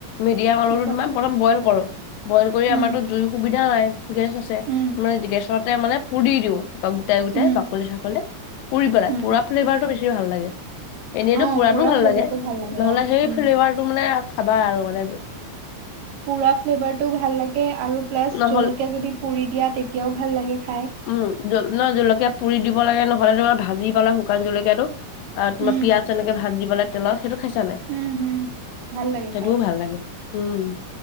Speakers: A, on the left; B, on the right.
A: মিডিয়াম আলুটো
B: কি কৰা
A: তোমাৰ প্ৰথম বইল কৰোঁ। বইল কৰি
B: উম
A: আমাৰতো জুইৰ সুবিধা নাই। গেছ আছে
B: উম
A: মানে গেছতে মানে পুৰি দিও, বা গোটাই গোটাই
B: উম
A: বাকলি-চাকলি পুৰি পেলাই।
B: উম
A: পোৰা ফ্লেভাৰতটো বেছি ভাল লাগে। এনেইটো
B: অ
A: পোৰাটো
B: পুৰা
A: ভাল
B: ফ্লেভাৰটো
A: লাগে।
B: ভাল লাগে
A: নহ'লে
B: আ
A: সেই
B: উম
A: ফ্লেভাৰটো মানে খাবা আৰু মানে।
B: পুৰা ফ্লেভাৰটো ভাল লাগে আৰু প্লাছ
A: নহ'লে
B: জলকীয়া যদি পুৰি দিয়া তেতিয়াও ভাল লাগে। খায়।
A: উম, ন জলকীয়া পুৰি দিব লাগে নহ'লে তোমাৰ ভাজি পালাই শুকান জলকীয়াটো। আৰু তোমাৰ
B: উম।
A: পিয়াঁজ তেনেকে ভাজি পাই তেলত, সেইটো খাইছা নে নাই?
B: উম হুম ভাল লাগে
A: সেইটো
B: খাই
A: ভাল লাগে। উম,